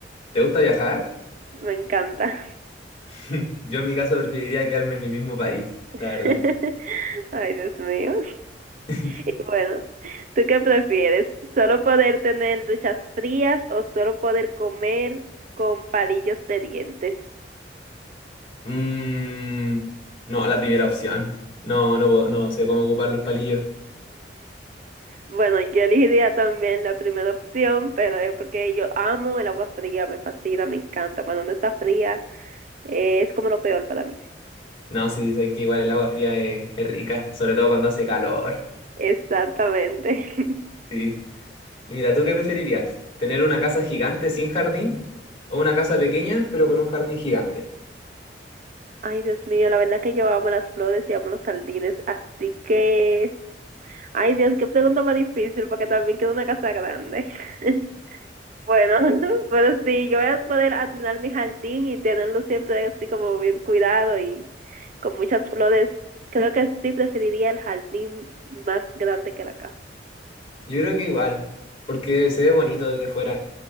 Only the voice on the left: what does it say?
¿Te gusta viajar?
<laughs> Yo en mi caso preferiría quedarme en mi mismo país,
la verdad.
<laughs>
Mm, no, la primera opción. No, no, puedo- no sé cómo ocupar los palillos.
No, sí, sé que igual el agua fría es, es rica, sobre todo cuando hace calor.
Sí. Y Mira, ¿tú qué preferirías? ¿Tener una casa gigante sin jardín o una casa pequeña pero con un jardín gigante?
Yo creo que igual, porque se ve bonito desde fuera.